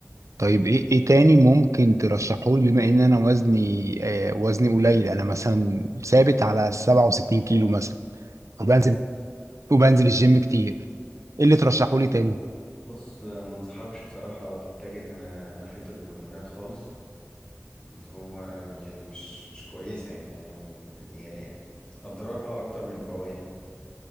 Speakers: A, on the right (about 80°); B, on the left (about 20°).
A: طيب ايه ايه تاني ممكن ترشحه لي بما ان انا وزني آه وزني قليل انا مثلا ثابت على 67 كيلو مثلا وبنزل وبنزل الجيم كتير ايه اللي ترشحه لي تاني
B: بص ما انصحكش بصراحة تتجه أنا ناحية الهرمونات خالص اللي هو يعني مش مش كويسة يعني يعني أضرارها أكتر من فوائدها